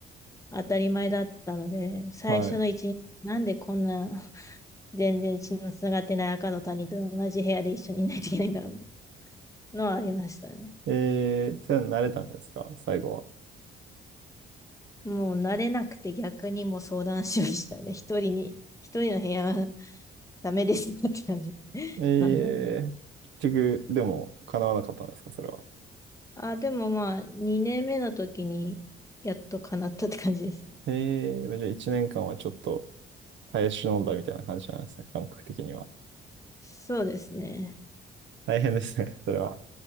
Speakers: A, on the left; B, on the right.
A: 当たり前だったので、最初の一日、
B: はい。
A: なんでこんな全然血のつながってない赤の他人と同じ部屋で一緒にいないといけないんだみたいなのはありましたね。
B: えー、それは慣れたんですか最後は。
A: もう慣れなくて逆にもう相談しましたね。一人に、一人の部屋はダメですって感じ <laughs>。
B: えー、
A: なんだ。
B: 結局、でも、叶わなかったんですかそれは。
A: あ、でもまあ、2年目の時にやっと叶ったって感じです。
B: えー、じゃあ1年間はちょっと耐え忍んだみたいな感じなんですね。感覚的には。
A: そうですね。
B: 大変ですね、<laughs> それは。